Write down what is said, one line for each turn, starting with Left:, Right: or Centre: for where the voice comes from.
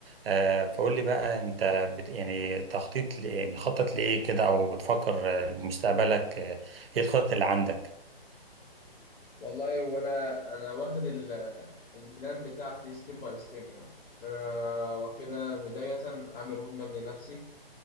Right: آه، فقول لي بقى انت بت يعني تخطيط لإيه- بتخطط لايه كده او بتفكر آه، لمستقبلك آه، ايه الخطط اللي عندك
Left: والله وانا انا واخد ال- البلان بتاعتي ستيب باي ستيب يعني انا واخدها بداية اعمل رود ماب لنفسي